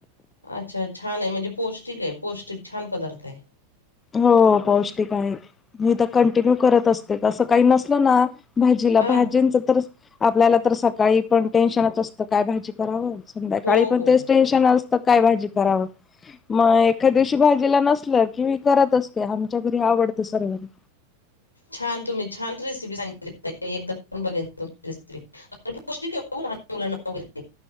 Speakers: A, on the left; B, on the left.
A: अच्छा छान आहे. म्हणजे पौष्टिक आहे पौष्टिक छान पदार्थ आहे.
B: हो, पौष्टिक आहे मी तर कंटिन्यू करत असते, का असं काही नसल ना, भाजीला
A: आ
B: भाजींनच तर आपल्याला तर सकाळी पण टेन्शनच असतं काय भाजी करावं. संध्याकाळी
A: हो
B: पण
A: हो
B: तेेच टेन्श टेन्शन असतं काय भाजी करावं, मग एखादं दिवशी भाजीला नसलं की मग मी. करत असते. आमच्या घरी आवडते सर्वांना.
A: छान तुम्ही छान रेसिपी सांगितली ताई, एकदा करून बघेल तुमची रेसिपी. पौष्टिक ये ओ लहान मुलांना वगैरे,